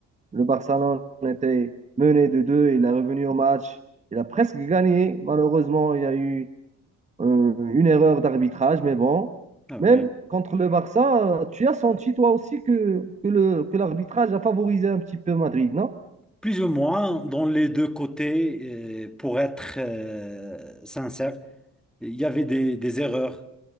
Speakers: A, on the right; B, in the centre.
A: le Barcelone était mené de 2, il est revenu au match, il a presque gagné. Malheureusement, il y a eu Euh, une erreur d'arbitrage, mais bon,
B: c'est vrai.
A: même contre le Barça, euh, tu as senti toi aussi que, que le, que l'arbitrage a favorisé un petit peu Madrid, non?
B: Plus ou moins dans les deux côtés, euh, pour être euh, sincère, il y avait des, des erreurs.